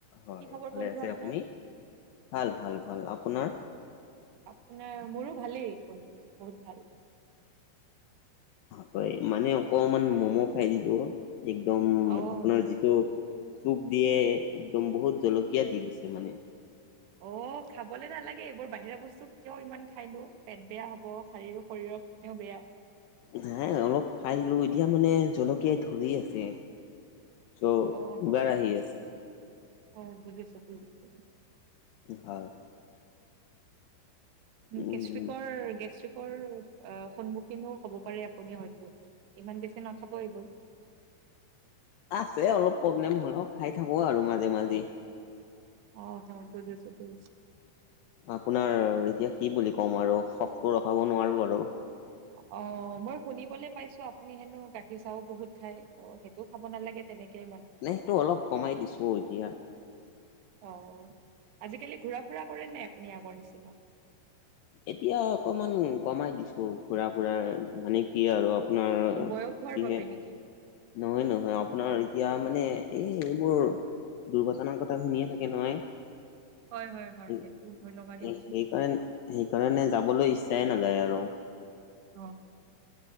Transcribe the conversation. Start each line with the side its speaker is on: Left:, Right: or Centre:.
Left: হয়
Right: কি খবৰ
Left: ভালে
Right: বন্ধু
Left: আছে
Right: আপোনাৰ?
Left: আপুনি? ভাল ভাল ভাল, আপোনাৰ?
Right: আপোনাৰ মোৰো ভালেই, বন্ধু বহুত ভাল।
Left: হয় মানে অকমান মম' খাই দিলো, একদম
Right: অ',
Left: আপোনাৰ যি টো চুপ দিয়ে, একদম বহুত জলকীয়া দি দিছে মানে।
Right: অ খাবলে নালাগে এইবোৰ বাহিৰা বস্তু কিয় ইমান খাইনো, পেট বেয়া হব শাৰীৰ শৰীৰৰ নেও বেয়া
Left: নাই অলপ খাই দিলো এতিয়া মানে জলকীয়াই ধৰি আছে। চ'
Right: অ হ'ব,
Left: উগাৰ আহি আছে
Right: অ বুজিছো - বুজিছো।
Left: হয়। উম
Right: গেষ্ট্ৰিকৰ -গেষ্ট্ৰিকৰ অঁ' সন্মুখীনো হ'ব পাৰে আপুনি হয়তো। ইমান বেছি নাখাব এইবোৰ।
Left: আছে অলপ প্ৰব্লেম হ'লেও খাই থাকো আৰু মাজে-মাজে।
Right: অহ' বুজিছো- বুজছো।
Left: আপোনাৰ এতিয়া কি বুলি ক'ম আৰু শখটো ৰখাব নোৱাৰো আৰু।
Right: অঁ' মই শুনিবলৈ পাইছো আপুনি সেনো গাখীৰ চাহও বহুত খায়। অঁ, সেইটো খাব নালাগে তেনেকে ইমান।
Left: নাই সেইটো অলপ কমাই দিছো এতিয়া।
Right: অহ' আজিকালি ঘুৰা ফুৰা কৰে নাই আপুনি আগৰ নিচিনা?
Left: এতিয়া অকমান কমাই দিছো ফুৰা ফুৰা মানে কি আৰু আপোনাৰ কিহে
Right: বয়স হোৱাৰ বাবে নেকি?
Left: নহয় নহয়, আপোনাৰ এতিয়া মানে এই এইবোৰ দুৰ্ঘটনাৰ কথা শুনিয়ে থাকে নহয়।
Right: হয় হয় হয়
Left: সেইকাৰণে-সেইকাৰণে
Right: সেইটো ভয় লগা দিয়কচোন।
Left: যাবলৈ ইচ্ছাই নাযায় আৰু।
Right: অঁ।